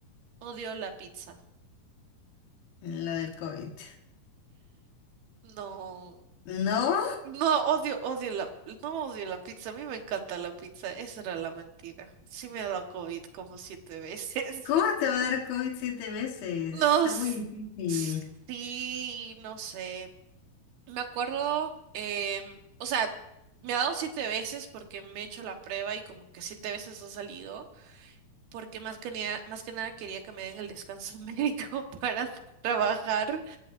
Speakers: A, on the right (about 85°); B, on the left (about 85°).
A: odio la pizza.
B: Lo del COVID.
A: No,
B: ¿No?
A: no odio, odio la, no odio la pizza. A mí me encanta la pizza. Esa era la mentira. Sí me ha dado COVID como siete veces.
B: ¿Cómo
A: <laughs>
B: te va a dar COVID siete veces?
A: No,
B: Está
A: s-
B: muy difícil.
A: sí, no sé. Me acuerdo, em, o sea, me ha dado siete veces porque me he hecho la prueba y como que siete veces ha salido, porque más que, nea- más que nada quería que me den el descanso <laughs> médico para no trabajar,